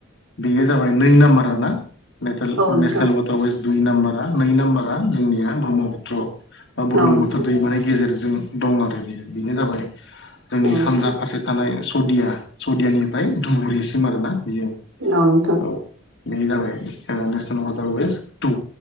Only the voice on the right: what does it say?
औ नोंथां
औ नोंथां
औ नोंथां
औ नोंथां।